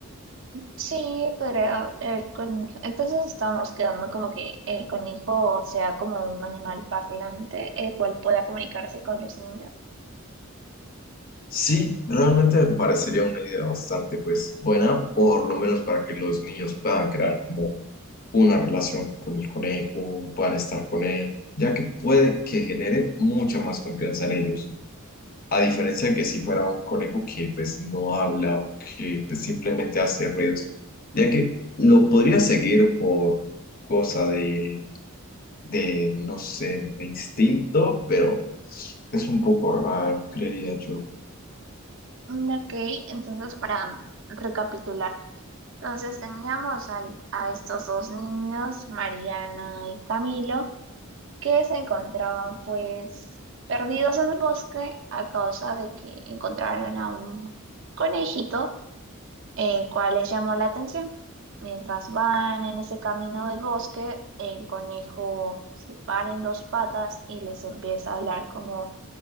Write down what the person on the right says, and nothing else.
Sí, podría, el con- entonces estamos quedando como que el conejo sea como un animal parlante, el cual pueda comunicarse con los niños.
Mm, Ok, entonces para recapitular, entonces teníamos al- a estos dos niños, Mariana y Camilo, que se encontraban pues perdidos en el bosque a causa de que encontraron a un conejito el cual les llamó la atención. Mientras van en ese camino del bosque, el conejo se para en dos patas y les empieza a hablar como